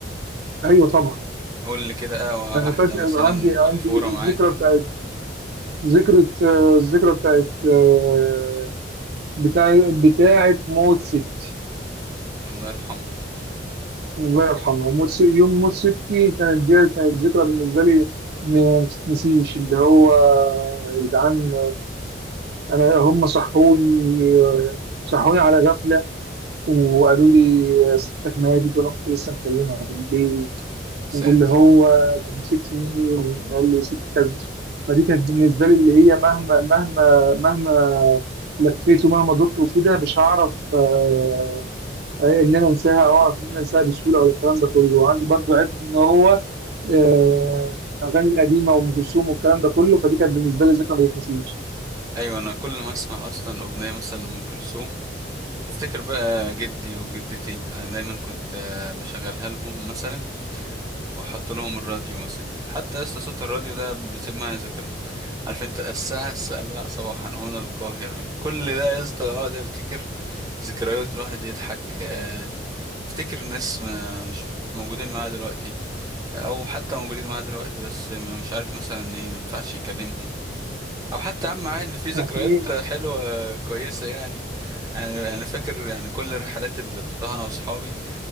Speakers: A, on the right; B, on the right.
A: ايوه طبعا
B: قول لي كده اه
A: انا
B: واحدة
A: فاكر
B: مثلا
A: عندي عندي
B: محفورة
A: الذكرى
B: معاك
A: بتاعت ذكرى آه، الذكرى بتاعت آه، بتاع بتاعت موت ستي
B: الله يرحمه
A: الله يرحمها موت س... يوم موت ستي كانت دي كانت ذكرى بالنسبه لي ما ما تتنسيش اللي هو يا جدعان انا هم صحوني صحوني على غفله وقالوا لي ستك ماتت وانا كنت لسه مكلمها بالليل
B: يا ساتر
A: واللي هو
B: يا رب
A: طب ست سنين قال لي ست كذا فدي كانت بالنسبه لي اللي هي مهما مهما مهما لفيت ومهما دورت وفي ده مش هعرف آه، ان انا انساها او اعرف ان انا انساها بسهوله ولا الكلام ده كله وعندي برضو حته ان هو آه، اغاني قديمه وام كلثوم والكلام ده كله فدي كانت بالنسبه لي ذكرى ما تتنسيش
B: أيوة أنا كل ما أسمع أصلا أغنية مثلا لأم كلثوم افتكر بقى جدي وجدتي انا دايما كنت آه، بشغلها لهم مثلا واحط لهم الراديو مثلا حتى لسه صوت الراديو ده بيسيب معايا ذكرى عارف انت الساعة السابعة صباحا هنا القاهرة كل ده يا اسطى اقعد افتكر ذكريات الواحد يضحك آه، افتكر ناس ما- مش موجودين معايا دلوقتي او حتى موجودين معايا دلوقتي بس ما- مش عارف مثلا ايه ما ينفعش يكلمهم او حتى عم عادي في ذكريات
A: لكن ايه
B: حلوه كويسه يعني انا انا فاكر يعني كل الرحلات اللي رحتها انا واصحابي